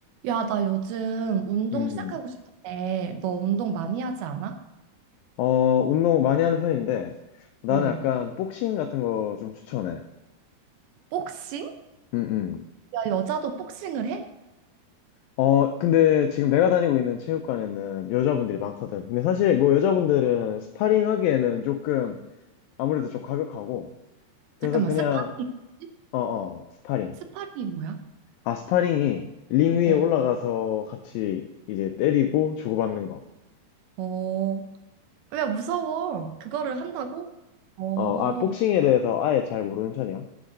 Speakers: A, on the right; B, on the left.
A: 야, 나 요즘 운동
B: 음,
A: 시작하고 싶은데, 너 운동 많이 하지 않아?
B: 어, 운동 많이 하는 편인데, 나는
A: 어,
B: 약간 복싱 같은 거 좀 추천해.
A: 복싱?
B: 음, 음.
A: 야, 여자도 복싱을 해?
B: 어, 근데 지금 내가 다니고 있는 체육관에는 여자분들이 많거든. 근데 사실 뭐 여자분들은 스파링 하기에는 조금 아무래도 좀 과격하고, 그래서
A: 잠깐만,
B: 그냥,
A: 스파링이 뭐지?
B: 어, 어, 스파링.
A: 스파링이 뭐야?
B: 아, 스파링이 링 위에
A: 어,
B: 올라가서 같이 이제 때리고 주고받는 거.
A: 어, 어, 야, 무서워. 그거를 한다고? 어,
B: 어, 아, 복싱에 대해서 아예 잘 모르는 편이야.